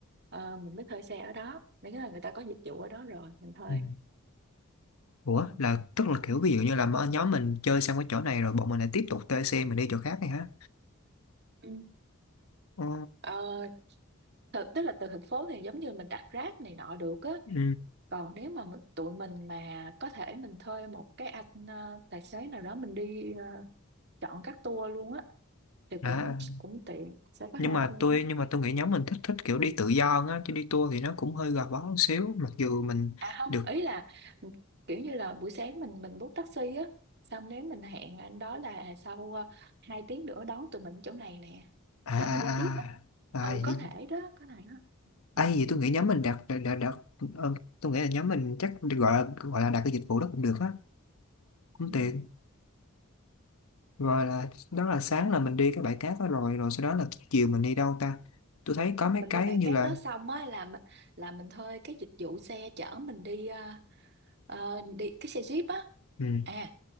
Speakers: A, on the right (about 50°); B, on the left (about 85°).
A: ờ, mình mới thuê xe ở đó nếu là người ta có dịch vụ ở đó rồi mình thuê
B: ừ. Ủa
A: ừ.
B: là tức là kiểu ví dụ như là mà nhóm mình chơi xong cái chỗ này rồi bọn mình lại tiếp tục thuê xe mình đi chỗ khác này hả
A: Ừ.
B: Ồ,
A: Ờ, thật- tức là từ thành phố thì giống như mình đặt Grab này nọ được á
B: ừ.
A: còn nếu mà mình, tụi mình mà có thể mình thuê một cái anh ờ, tài xế nào đó mình đi ờ, chọn các tour luôn á thì
B: à,
A: cũng cũng tiện sẽ có
B: nhưng
A: hai
B: mà
A: phương
B: tôi nhưng mà tôi nghĩ nhóm mình thích thích kiểu đi tự do hơn á chứ đi tour thì nó cũng hơi gò bó một xíu mặc dù mình
A: à không
B: được
A: ý là ừ, kiểu như là buổi sáng mình mình bút taxi á xong nếu mình hẹn anh đó là sau ờ, hai tiếng nữa đón tụi mình chỗ này nè
B: à
A: chở mình
B: à
A: đi tiếp á
B: à
A: ừ
B: à
A: có
B: gì
A: thể đó có thể đó ừ.
B: à, gì tôi nghĩ nhóm mình đặt đặt đặt, đặt ờ, tôi nghĩ là nhóm mình chắc gọi là gọi là đặt cái dịch vụ đó cũng được á cũng
A: Ừ.
B: tiện rồi là đó là sáng là mình đi cái bãi cát đó rồi rồi sau đó là chiều mình đi đâu ta tôi thấy có mấy
A: mình
B: cái
A: đi bãi
B: như
A: cát
B: là
A: đó xong á là m- là mình thuê cái dịch vụ xe chở mình đi ờ, ờ, đi cái xe jeep á
B: ừ,
A: à